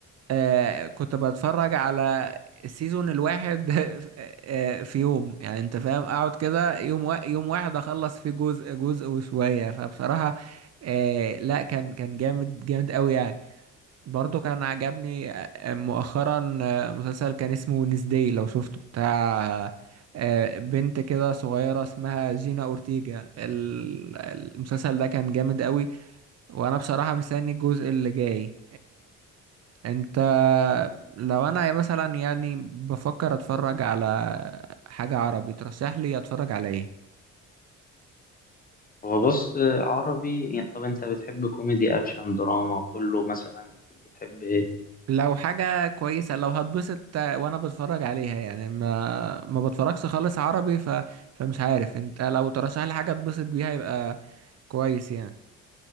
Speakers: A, on the right; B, on the left.
A: آه كنت بتفرج على السيزون الواحد <laughs> آه، في يوم يعني انت فاهم اقعد كده يوم وا... يوم واحد اخلص فيه جزء جزء وشوية فبصراحة آه لا كان كان جامد جامد قوي يعني برضو كان عجبني آه، مؤخرا آه، مسلسل كان اسمه نسداي لو شفته بتاع آه، بنت كده صغيرة اسمها جينا أورتيجا ال- المسلسل ده كان جامد قوي وأنا بصراحة مستني الجزء اللي جاي انت لو انا مثلا يعني بفكر اتفرج على حاجة عربي ترشح لي اتفرج على ايه
B: هو بص آه، عربي يعني طب أنت بتحب كوميدي أكشن دراما كله مثلا بتحب إيه؟
A: لو حاجة كويسة لو هتبسط وانا بتفرج عليها يعني ما ما بتفرجش خالص عربي ف... فمش عارف انت لو ترشح لي حاجة اتبسط بيها يبقى كويس يعني